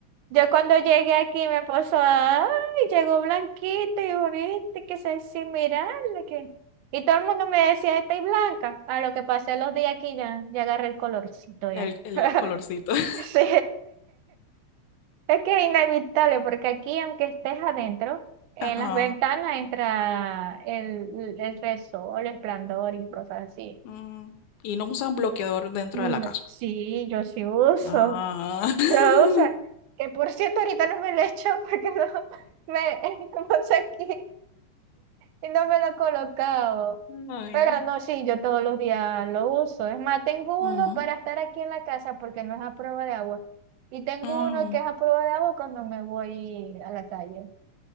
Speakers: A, on the right (about 85°); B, on the left (about 80°).
A: Yo cuando llegué aquí me puso, ay, llegó Blanquita y bonita, que sexy, mirarle que... Y todo el mundo me decía, estáis blanca. A lo que pasé los días aquí ya, ya agarré el colorcito
B: <laughs>
A: ya.
B: el, el
A: <laughs>
B: colorcito. <laughs>
A: Sí. Es que es inevitable, porque aquí, aunque estés adentro, en
B: Ajá.
A: las ventanas entra el, el resol, el esplendor y cosas así.
B: Mm, Y no usan bloqueador dentro
A: Mm,
B: de la casa.
A: Sí, yo sí uso.
B: Ah. <laughs>
A: Yo, o sea, que por cierto ahorita no me lo he hecho porque no me <laughs> estamos aquí y no me lo he colocado.
B: Ay.
A: Pero no, sí, yo todos los días lo uso. Es más, tengo
B: Ujú.
A: uno para estar aquí en la casa porque no es a prueba de agua. Y tengo
B: Mm,
A: uno que es a prueba de agua cuando me voy a la calle.